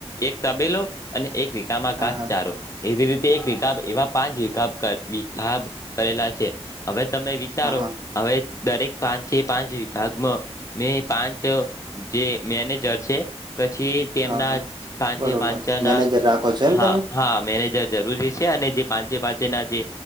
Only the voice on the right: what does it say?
હા
હા હા
હા હા હા
હા હા
બરોબર મેનેજર રાખો છો એમ
તમે